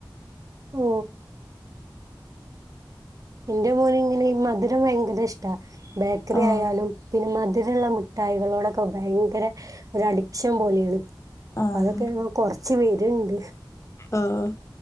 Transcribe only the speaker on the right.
ഓ എന്റെ മോന് ഇങ്ങനെ ഈ മധുരം ഭയങ്കര ഇഷ്ടാ ബേക്കറി
ആയാലും പിന്നെ മ <unintelligible> ധുര മിഠായികളോടൊക്കെ ഭയങ്കര ഒരു അഡിക്ഷൻ പോലെയാണ്
അപ്പൊ അതൊക്കെ അങ്ങ് കൊറച്ച് <unintelligible>